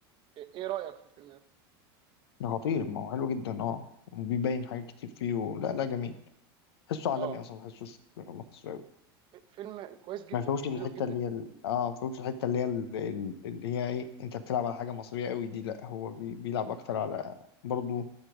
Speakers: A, on the right (about 40°); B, on the left (about 80°).
A: ايه رايك في الفيلم ده
B: ده خطير ما هو حلو جدا اه وبيبين حاجات كتير فيه و... لا لا جميل حسه عالمي
A: اه
B: اصلا ما حسوش مصري أوي.
A: ف- فيلم كويس جدا
B: ما فيهوش
A: حلو
B: الحته
A: جدا
B: اللي هي ال... اه ما فيهوش الحته اللي هي ال... ال- اللي هي ايه انت بتلعب على حاجه مصريه قوي دي لا هو بي... بيلعب اكتر على برضو